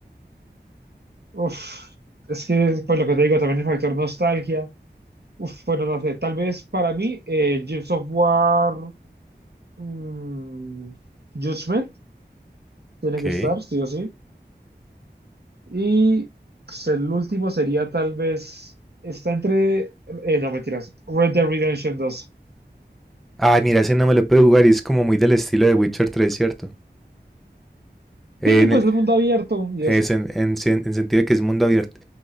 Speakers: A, on the right (about 65°); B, in the centre.
A: uf, es que, pues lo que te digo, también el factor nostalgia. Uf, bueno, no sé, tal vez para mí, eh, Gears of War mm, Judgment tiene
B: Ok.
A: que estar, sí o sí. Y pues, el último sería tal vez, está entre, eh, no mentiras, Red Dead Redemption dos
B: ah mira, ese no me lo puedo jugar y es como muy del estilo de Witcher tres, ¿cierto? En,
A: Sí, pues
B: e-
A: el mundo abierto y
B: es
A: eso.
B: en, en sen- en sentido de que es mundo abierto.